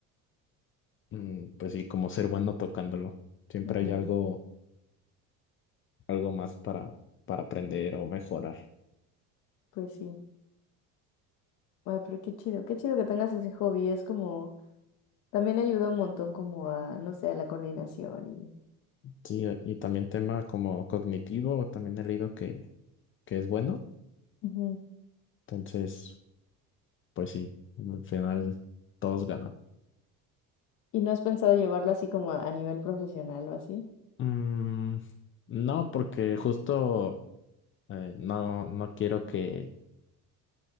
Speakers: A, on the left; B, on the left.
A: mm, pues sí, como ser bueno tocándolo. Siempre
B: Ujú,
A: hay algo, algo más para, para aprender o mejorar.
B: Pues sí. Ah, pero qué chido, qué chido que tengas ese hobby, es como, también ayuda un montón como a, no sé, a la coordinación y...
A: Sí, eh, y también tema como cognitivo, también he leído que, que es bueno.
B: Ujú.
A: Entonces, pues sí, al final todos ganan.
B: ¿Y no has pensado llevarlo así como a a nivel profesional o así?
A: Mm, no, porque justo eh, no, no quiero que,